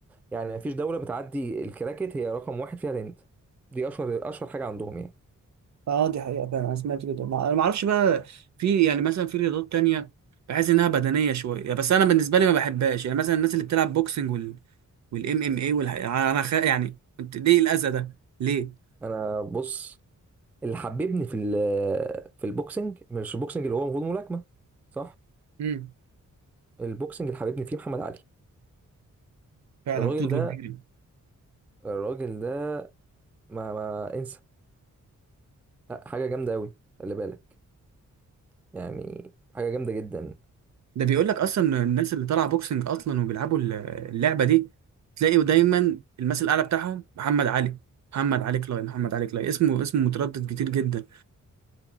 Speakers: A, in the centre; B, on the right.
A: يعني مفيش دولة بتعدي الكراكت هي رقم واحد فيها الهند دي اشهر اشهر حاجة عندهم يعني
B: اه دي حقيقة فعلا انا سمعت كده ما- انا ما اعرفش بقى في يعني مثلا في رياضات تانية بحس انها بدنيه شويه بس انا بالنسبه لي ما بحبهاش يعني مثلا الناس اللي بتلعب بوكسنج وال والام ام اي والح... انا خ... يعني انت- ليه الاذى ده ليه
A: انا بص اللي حببني في ال- في البوكسنج مش البوكسنج اللي هو المفروض ملاكمة صح
B: امم
A: البوكسنج اللي حببني فيه محمد علي
B: فعلا
A: الراجل
B: خطوه
A: ده
B: كبيره
A: الراجل ده ما, ما انسى لا، حاجة جامدة قوي خلي بالك يعني حاجة جامدة جدا
B: ده بيقول لك اصلا الناس اللي طالعه بوكسنج اصلا وبيلعبوا ال- اللعبه دي تلاقي دايما المثل الاعلى بتاعهم محمد علي محمد علي كلاي محمد علي كلاي اسمه اسمه متردد كتير جدا